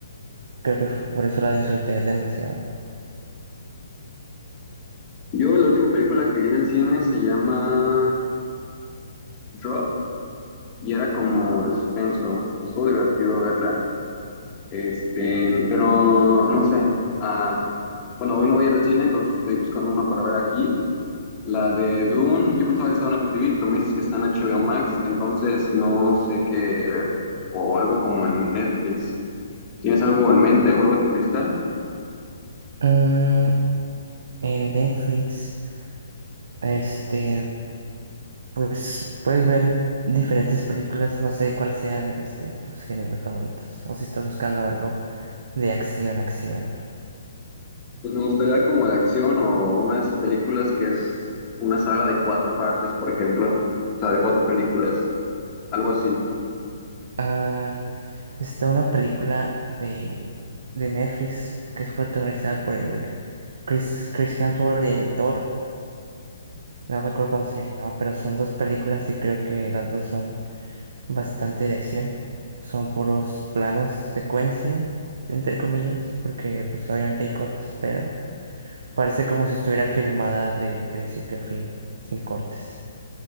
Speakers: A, on the right; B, on the left.
A: creo que f- por eso la disfruté demasiado.
B: Yo la última película que vi en el cine se llama Drop y era como de suspenso. Estuvo divertido verla. Este, pero no sé. Ah, bueno, hoy no voy a ir al cine, entonces estoy buscando una para ver aquí. La de Dune, yo pensaba que estaba en Apple TV, pero me dices que está en HBO Max, entonces no sé qué ver. O algo como en Netflix. ¿Tienes algo en mente o algo en tu lista?
A: Mm, en Netflix, este, pues puedes ver diferentes películas, no sé cuáles sean este tus géneros favoritos o si estás buscando algo de acción, acción.
B: Pues me gustaría como de acción o una de esas películas que es una saga de cuatro partes, por ejemplo. O sea, de cuatro películas, algo así.
A: Ah, Está una película de, de Netflix que es protagonizada por el Chris, Chris Hemsworth y el Thor. No recuerdo cómo se llama, pero son dos películas y creo que las dos son bastante de acción. Son puros planos, secuencia, entre comillas, porque pues obviamente hay cortes, pero parece como si estuviera filmada de principio a fin, sin cortes.